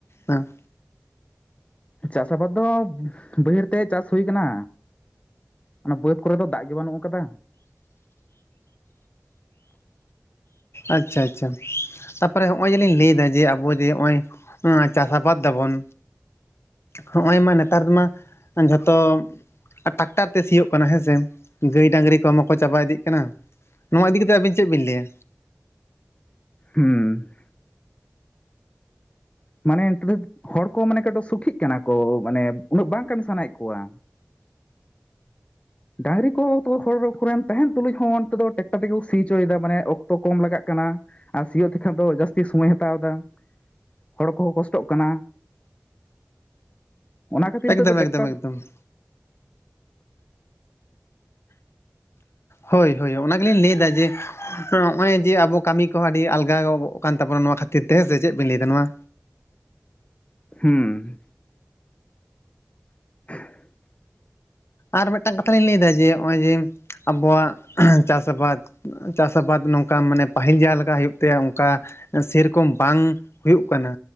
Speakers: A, on the left; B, on the left.
A: ᱦᱮᱸ
B: ᱪᱟᱥ ᱟᱵᱟᱫᱽ ᱫᱚ ᱵᱟᱹᱭᱦᱟᱹᱲ ᱛᱮ ᱪᱟᱥ ᱦᱩᱭ ᱠᱟᱱᱟ᱾ ᱚᱱᱟ ᱵᱟᱹᱫᱽ ᱠᱚᱨᱮ ᱫᱚ ᱫᱟᱜ ᱜᱮ ᱵᱟᱹᱱᱩᱜ ᱟᱠᱟᱫᱟ᱾
A: ᱟᱪᱪᱷᱟ ᱟᱪᱪᱷᱟ ᱛᱟᱯᱚᱨᱮ ᱦᱚᱜ-ᱚᱭ ᱡᱮᱞᱤᱧ ᱞᱟᱹᱭ ᱫᱟ ᱡᱮ ᱟᱵᱚ ᱡᱮ ᱦᱚᱜ-ᱚᱭ ᱱᱚᱣᱟ ᱪᱟᱥ ᱟᱵᱟᱫᱽ ᱫᱟᱵᱚᱱ ᱦᱚᱜ-ᱚᱭ ᱢᱟ ᱱᱮᱛᱟᱨ ᱢᱟ ᱡᱷᱚᱛᱚ ᱴᱟᱠᱴᱟᱨ ᱛᱮ ᱥᱤᱭᱩᱜ ᱠᱟᱱᱟ ᱦᱮᱸᱥᱮ ᱜᱟᱹᱭ ᱰᱟᱹᱝᱨᱤ ᱠᱚᱢᱟ ᱠᱚ ᱪᱟᱵᱟ ᱤᱫᱤᱜ ᱠᱟᱱᱟ᱾ ᱱᱚᱣᱟ ᱤᱫᱤ ᱠᱟᱛᱮᱫ ᱟᱵᱤᱱ ᱪᱮᱫ ᱵᱤᱱ ᱞᱟᱹᱭᱟ?
B: ᱦᱩᱸ᱾ ᱢᱟᱱᱮ ᱱᱤᱛ ᱦᱚᱲ ᱠᱚ ᱢᱟᱱᱮ ᱠᱚ ᱥᱩᱠᱷᱤᱜ ᱠᱟᱱᱟ ᱠᱚ ᱢᱟᱱᱮ ᱩᱱᱟᱹᱜ ᱵᱟᱝ ᱠᱟᱹᱢᱤ ᱥᱟᱱᱟᱭᱮᱫ ᱠᱚᱣᱟ᱾ ᱰᱟᱹᱝᱨᱤ ᱠᱚ ᱛᱚ ᱦᱚᱲ ᱠᱚᱨᱮᱱ ᱛᱟᱦᱮᱱ ᱛᱩᱞᱩᱡ ᱦᱚᱸ ᱱᱚᱛᱮ ᱫᱚ ᱴᱮᱠᱴᱟᱨ ᱛᱮᱜᱮ ᱠᱚ ᱥᱤ ᱚᱪᱚᱭ ᱮᱫᱟ ᱢᱟᱱᱮ ᱚᱠᱛᱚ ᱠᱚᱢ ᱞᱟᱜᱟᱜ ᱠᱟᱱᱟ᱾ ᱟᱨ ᱥᱤᱭᱳᱜ ᱛᱮᱠᱷᱟᱱ ᱫᱚ ᱡᱟᱹᱥᱛᱤ ᱥᱚᱢᱚᱭ ᱦᱟᱛᱟᱣ ᱫᱟ ᱦᱚᱲ ᱠᱚᱦᱚᱸ ᱠᱚᱥᱴᱚᱜ ᱠᱟᱱᱟ᱾ ᱚᱱᱟ ᱠᱷᱟᱹᱛᱤᱨ
A: ᱮᱠᱫᱚᱢ
B: ᱛᱮᱫᱚ ᱴᱮᱠᱴᱟᱨ
A: ᱮᱠᱫᱚᱢ ᱮᱠᱫᱚᱢ᱾ ᱦᱳᱭ ᱦᱳᱭ ᱚᱱᱟ ᱜᱮᱞᱤᱧ ᱞᱟᱹᱭ ᱫᱟ ᱡᱮ ᱱᱚᱜ-ᱚᱭ ᱡᱮ ᱟᱵᱚ ᱠᱟᱹᱢᱤ ᱠᱚᱦᱚᱸ ᱟᱹᱰᱤ ᱟᱞᱜᱟ ᱜᱚᱜ ᱠᱟᱱ ᱛᱟᱵᱚᱱᱟ ᱱᱚᱣᱟ ᱠᱷᱟᱹᱛᱤᱨ ᱛᱮ ᱦᱮᱸ ᱥᱮ ᱪᱮᱫ ᱵᱤᱱ ᱞᱟᱹᱭ ᱮᱫᱟ ᱱᱚᱣᱟ?
B: ᱦᱩᱸ᱾ <unintelligible>
A: ᱟᱨ ᱢᱤᱫᱴᱟᱝ ᱠᱟᱛᱷᱟ ᱞᱤᱧ ᱞᱟᱹᱭ ᱮᱫᱟ ᱡᱮ ᱚᱜ-ᱚᱭ ᱡᱮ ᱟᱵᱚᱣᱟᱜ ᱪᱟᱥ ᱟᱵᱟᱫᱽ ᱪᱟᱥ ᱟᱵᱟᱫᱽ ᱱᱚᱝᱠᱟ ᱢᱟᱱᱮ ᱯᱟᱹᱦᱤᱞ ᱡᱟᱦᱟᱸ ᱞᱮᱠᱟ ᱦᱩᱭᱩᱜ ᱛᱟᱦᱮᱭᱟ ᱚᱱᱠᱟ ᱥᱮᱨᱚᱠᱚᱢ ᱵᱟᱝ ᱦᱩᱭᱩᱜ ᱠᱟᱱᱟ᱾